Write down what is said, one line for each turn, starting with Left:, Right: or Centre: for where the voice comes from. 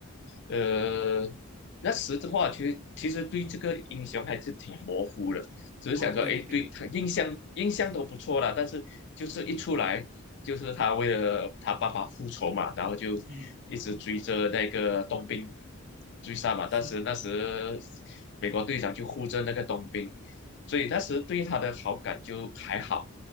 Left: 呃，那时的话，其实其实对这个英雄还是挺模糊的，只是想说，
Right: 哦，对对对对，
Left: 诶，对他印象印象都不错啦，
Right: 明白，
Left: 但是就是一出来，就是他为了他爸爸复仇嘛，然后就
Right: 嗯，
Left: 一直追着那个冬兵追杀嘛。
Right: 是。
Left: 但是那时美国队长就护着那个冬兵，所以那时对他的好感就还好，